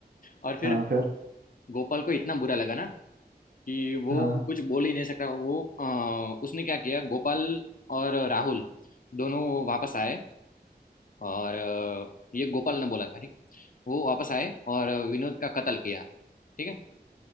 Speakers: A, on the left; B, on the right.
A: और फिर
B: हाँ फिर
A: गोपाल को इतना बुरा लगा ना कि वो
B: हाँ
A: कुछ बोल ही नहीं सकता वो अ, उसने क्या किया गोपाल और राहुल दोनों वापस आए और अ, ये गोपाल ने बोला था ठीक वो वापस आए और विनोद का कत्ल किया ठीक है